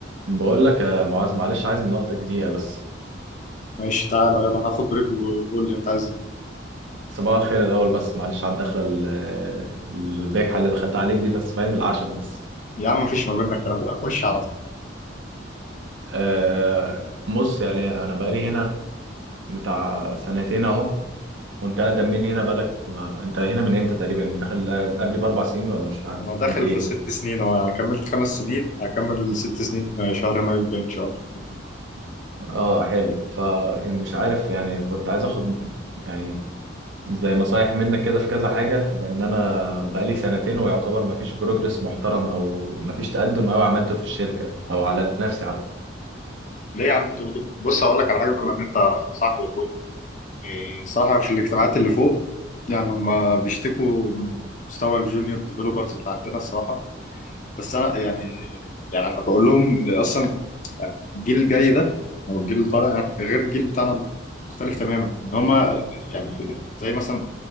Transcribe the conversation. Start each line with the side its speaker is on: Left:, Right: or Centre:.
Right: بقول لك يا معاذ معلش عايز من وقتك دقيقة بس
Left: ماشي تعالى يلا انا هاخد بريك وقول لي انت عايز ايه
Right: صباح الخير الأول بس معلش على الدخلة ال- الباجحة اللي دخلت عليك دي بس فاهم العشم بس
Left: يا عم مفيش ما بيننا الكلام ده خش على طول
Right: أه بص يعني أنا بقالي هنا بتاع سنتين أهو وأنت أقدم مني هنا بقالك أنت هنا من إمتى تقريبا داخل قبلي بأربع سنين ولا مش عارف
Left: انا داخل
Right: قد إيه
Left: في ست سنين اهو يعني كملت خمس سنين هكمل ست سنين آه، شهر مايو الجاي ان شاء الله
Right: أه حلو فمش عارف يعني كنت عايز أخد يعني زي نصايح منك كده في كذا حاجة لأن أنا بقالي سنتين ويعتبر مفيش بروجرس محترم أو مفيش تقدم أوي عملته في الشركة أو على نفسي حتى
Left: ليه يا عم بتقول كده بص هقول لك على حاجه بما ان انت صاحبي واخويا إيه، الصراحه في الاجتماعات اللي فوق يعني هما بيشتكوا من مستوى الجونيور ديفلوبرز اللي عندنا الصراحه بس انا يعني يعني انا بقول لهم إن اصلا يعني الجيل الجاي ده والجيل اللي طالع يعني غير الجيل بتاعنا مخ- مختلف تماما ان هما يعني زي مثلا